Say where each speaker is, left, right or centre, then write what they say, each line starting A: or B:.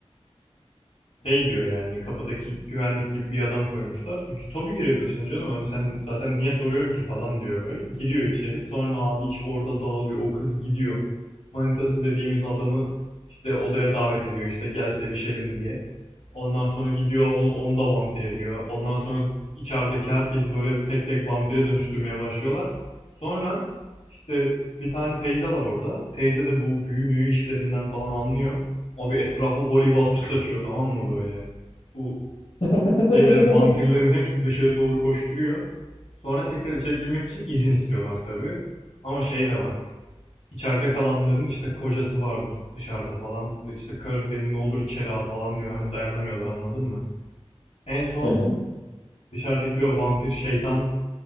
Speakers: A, on the left; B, on the left.
A: Şey diyor yani kapıdaki güvenlik gibi bir adam koymuşlar. Tabii girebilirsin canım hani sen zaten niye soruyorsun ki falan diyor böyle. Giriyor içeri sonra abi iş orada dağılıyor o kız gidiyor. Manitası dediğimiz adamı işte odaya davet ediyor işte gel sevişelim diye. Ondan sonra gidiyor o- onu da vampir ediyor. Ondan sonra içerideki herkesi böyle tek tek vampire dönüştürmeye başlıyorlar. Sonra işte bir tane teyze var orada. Teyze de bu büyü müyü işlerinden falan anlıyor. Abi etrafı holy water saçıyor tamam mı böyle? Bu
B: <laughs>
A: şeyler vampirlerin hepsi dışarı doğru koşturuyor. Sonra tekrar içeri girmek için izin istiyorlar tabii. Ama şey de var. İçeride kalanların işte kocası vardır dışarıda falan. İşte karı beni ne olur içeri al falan diyor. Hani dayanamıyorlar anladın mı? En son
B: Hı hı.
A: dışarıdaki o vampir şeytan